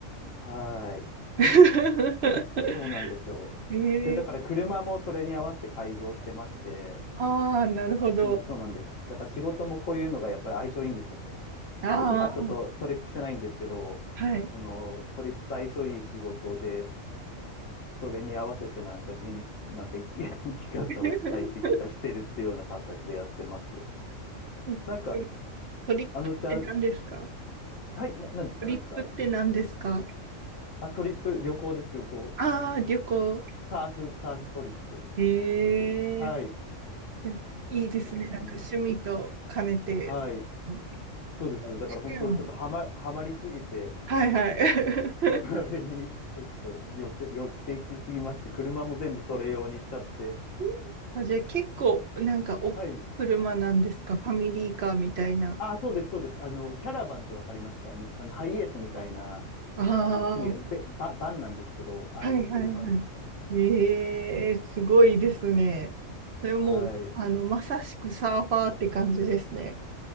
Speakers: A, on the left (about 75°); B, on the right (about 55°).
A: はーい。
B: <laughs>
A: そうなんですよ。
B: ええー、
A: で、だから車もそれに合わせて改造してまして、
B: ああ、なるほど。
A: そうなんそうなんです。だから仕事もこういうのがやっぱり相性いいんですよね。
B: ああ、
A: い今ちょっとトリップしてないんですけど、
B: はい。
A: そのトリップ対象いい仕事で、それに合わせてなんか人、なんか生き、<laughs> 生き方を最適化してるっていうような形でやってます。
B: <laughs> え
A: なんか、
B: トリップって何ですか
A: あのちゃん、はい、な、なんですか、
B: トリップって何ですか
A: なんですか。あ、トリップ、旅行です、旅行。
B: ああー、旅行。
A: サーフ、サーフトリップ
B: えい
A: っていう。はい、
B: や、いいですね。
A: そうなんですよ。
B: なんか趣味と兼ねて。
A: はい、
B: うん
A: そうです。だから本当、
B: 試験は、
A: ちょっとはま、はまりすぎて、
B: はいはいはい。
A: それにちょっと寄せ、寄っていきすぎまして、車も全部それ用にしちゃって。
B: <laughs> あ、じゃあ結構なんか大きい車なんですかファミリーカーみたいな。
A: はい、あ、そうです、そうです。あの、キャラバンってわかりますか日産のハイエースみたいな、
B: ああ、
A: あの、大きいべバ、バンなんですけど、ああいう車ですね。
B: はいはいはい。ええすごいですね。それもう、
A: はい。
B: あの、まさしくサーファーって感じですね。